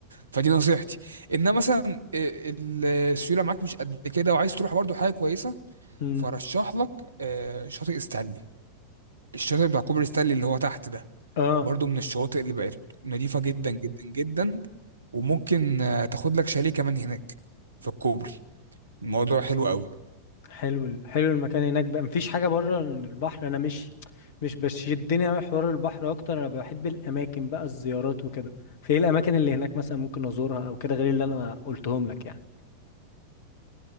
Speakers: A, on the right; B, on the left.
A: فدي نصيحتي إنما مثلا آه، ال- السيولة معاك مش قد كده وعايز تروح برضو حاجة كويسة
B: مم.
A: فرشح لك آه، شاطئ ستانلي الشاطئ بتاع كوبري ستانلي اللي هو تحت ده
B: اه
A: برضو من الشواطئ اللي بقت نظيفة جدا جدا جدا وممكن آه، تاخد لك شاليه كمان هناك في الكوبري الموضوع حلو قوي
B: حلو ال- حلو المكان هناك بقى مفيش حاجة بره البحر انا مش مش بشدني اوي حوار البحر اكتر انا بحب الاماكن بقى الزيارات وكده في ايه الاماكن اللي هناك مثلا ممكن ازورها او كده غير اللي انا قلتهم لك يعني